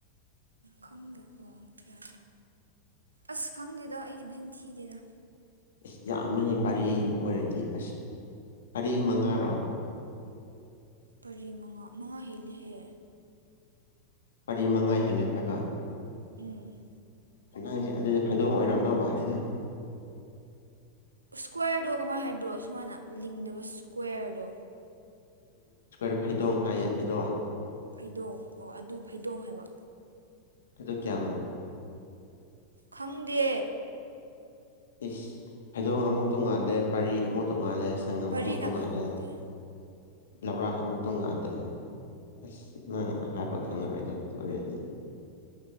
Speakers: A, on the right; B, on the left.
A: ꯈꯪꯗꯦꯀꯣ ꯀꯌꯥꯅꯣ ꯑꯁ ꯈꯪꯗꯦꯗ ꯑꯩꯁ ꯟ ꯊꯤꯗꯦꯗ
B: ꯑꯁ ꯌꯥꯝꯃꯍꯦ ꯄꯥꯔꯤ ꯑꯣꯏꯔꯗꯤ ꯑꯁ ꯄꯔꯤ ꯃꯉꯥꯔꯣ
A: ꯄꯔꯤ ꯃꯉꯥ ꯃꯉꯥ ꯍꯦꯜꯂꯍꯦ
B: ꯄꯔꯤ ꯃꯉꯥ ꯍꯦꯜꯂꯦ ꯍꯥꯏꯕ
A: ꯎꯝ
B: ꯅꯪꯁꯦ ꯑꯗꯨꯗ ꯐꯩꯗꯣꯡ ꯑꯣꯏꯔꯝꯗꯧ ꯃꯥꯜꯂꯦꯗ
A: ꯏꯁꯀ꯭ꯋꯥꯔꯗꯣ ꯀꯃꯥꯏꯅ ꯍꯥꯏꯕ꯭ꯔꯣ ꯁꯨꯃꯥꯏꯅ ꯂꯤꯡꯅꯕ ꯁ꯭ꯀ꯭ꯋꯔꯗꯣ
B: ꯔꯦ ꯐꯩꯗꯣꯡ ꯍꯥꯏꯌꯦ ꯐꯩꯗꯣꯡ
A: ꯐꯩꯗꯣꯡ ꯑꯣ ꯑꯗꯨ ꯐꯩꯗꯣꯡ ꯍꯥꯏꯕ
B: ꯑꯗꯨꯗ ꯀꯌꯥꯃꯣ
A: ꯈꯪꯗꯦ
B: ꯏꯁ ꯐꯩꯗꯣꯡ ꯑꯃꯨꯛ ꯇꯣꯡꯉꯥꯜꯂꯦ ꯄꯥꯔꯤ ꯑꯃꯨꯛ ꯇꯣꯡꯉꯥꯜꯂꯦ ꯁꯪꯉꯝ
A: ꯄꯔꯤꯅ
B: ꯑꯃꯨꯛ ꯇꯣꯡꯉꯥꯜꯂꯦ
A: ꯀꯩꯅꯣꯗꯨꯗꯤ
B: ꯂꯧꯔꯥꯛ ꯑꯃꯨꯛ ꯇꯣꯉꯥꯗꯦ ꯑꯁ ꯅꯪ ꯍꯥꯏꯕ ꯈꯪꯉꯔꯣꯏꯗ ꯑꯗꯨ ꯑꯣꯏꯔꯗꯤ